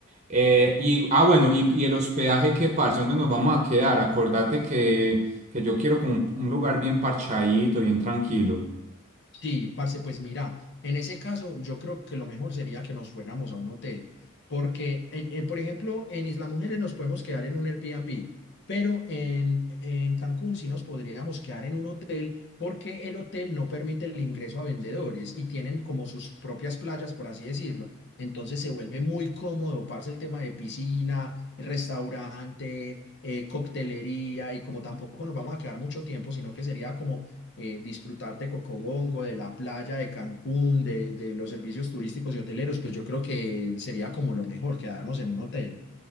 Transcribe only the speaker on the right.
Eh, y, ah, bueno, y, y el hospedaje, ¿qué, parce? ¿Dónde nos vamos a quedar? Acordate que, que yo quiero como un, un lugar bien parchadito, bien tranquilo.